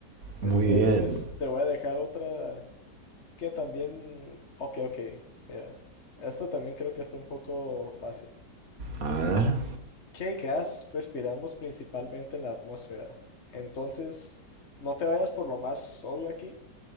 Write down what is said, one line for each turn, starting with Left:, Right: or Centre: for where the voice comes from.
Left: Este,
Right: Muy bien.
Left: pues te voy a dejar otra que también. Ok, ok, mira. Esta también creo que está un poco fácil.
Right: A ver.
Left: ¿Qué gas respiramos principalmente en la atmósfera? Entonces, no te vayas por lo más obvio aquí,